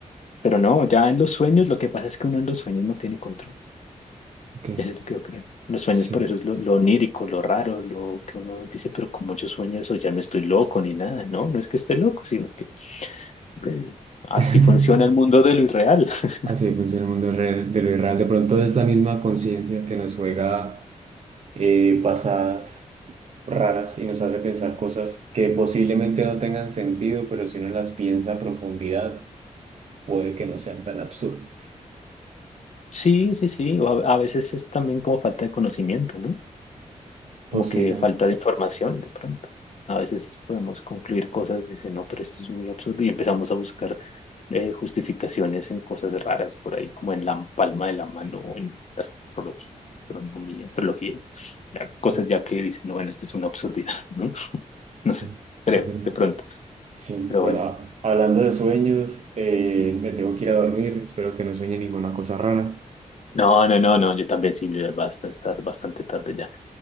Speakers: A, on the left; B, on the right.
A: pero no, ya en los sueños, lo que pasa es que uno en los sueños no tiene control.
B: Ok,
A: Y eso es lo que yo creo. Los sueños,
B: Sí.
A: por eso es lo, lo onírico, lo raro, lo que uno dice, pero como yo sueño eso, ya no estoy loco ni nada, ¿no? No es que esté loco, sino que, hombre, así
B: <laughs>
A: funciona el mundo de lo irreal. <laughs>
B: Así funciona el mundo real, de lo irreal. De pronto es la misma conciencia que nos juega eh, pasadas raras y nos hace pensar cosas que posiblemente no tengan sentido, pero si uno las piensa a profundidad, puede que no sean tan absurdas.
A: Sí, sí, sí. O a, a veces es también como falta de conocimiento, ¿no? como
B: Posiblemente.
A: que falta de información de pronto. A veces podemos concluir cosas, dice, no, pero esto es muy absurdo y empezamos a buscar eh, justificaciones en cosas raras por ahí, como en la palma de la mano o en la astrología, astronomía, astrología, ya, cosas
B: ok,
A: ya que dicen, no, bueno, esto es una absurdidad, <laughs> ¿no? No
B: sí,
A: sé, creo,
B: es verdad.
A: de pronto,
B: Sí,
A: pero
B: bueno,
A: bueno.
B: a- hablando de sueños, eh, me tengo que ir a dormir, espero que no sueñe ninguna cosa rara.
A: No, no, no, no, yo también sí, ya bastante, está bastante tarde ya.